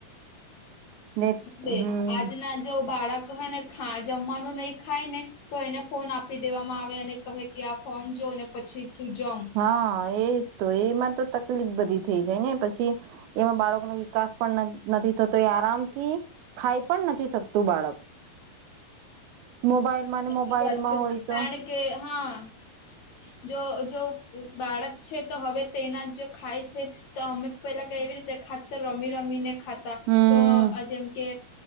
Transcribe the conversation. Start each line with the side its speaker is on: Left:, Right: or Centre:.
Right: ને
Left: હન <unintelligible>
Right: હમ
Left: આજના જો બાળક હેને ખા જમવાનું નહી ખાઈને તો એને ફોન આપી દેવામાં આવે અને કહે કે, આ ફોન જોને પછી તું જમ.
Right: હન, એ તો એમાં તો તકલીફ બધી થઈ જાય ને પછી એવા બાળકોનો વિકાસ પણ ન નથી થતો એ આરામથી ખાઈ પણ નથી શકતું બાળક. મોબાઈલ મન
Left: સાચી
Right: મોબાઈલમાં
Left: વાત છે
Right: હોય તો
Left: કારણ કે હા, જો જો બાળક છે તો હવે તેના જ જો ખાય છે તો અમે પેલા કે કેવી રીતે ખાત તે રમી-રમીને ખાતા
Right: હમ
Left: તો જેમ કે